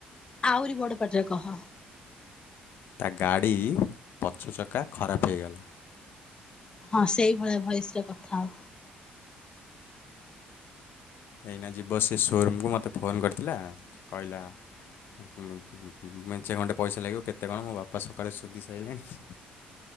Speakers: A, on the left (about 25°); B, on the left (about 65°).
A: ଆଉରି ବଡ ପାଟରେ କହ।
B: ତା ଗାଡି ପଛ ଚକା ଖରାପ ହେଇଗଲା‌।
A: ହଁ ସେଇଭଳିଆ ଭଏସରେ କଥା ହୋ।
B: ଏଇନା ଯିବ ସେ ସୋରୁମକୁ ମୋତେ ଫୋନ୍ କରିଥିଲା କଇଲା ଉଁ କୁଁ ଉଁ ଉଁ ମଞ୍ଚେ ଖଣ୍ଡେ ପଇସା ଲାଗିବ କେତେ କଣ ମୋ ବାପା ସକାଳେ ସୋଦି ସାଇଲେଣି।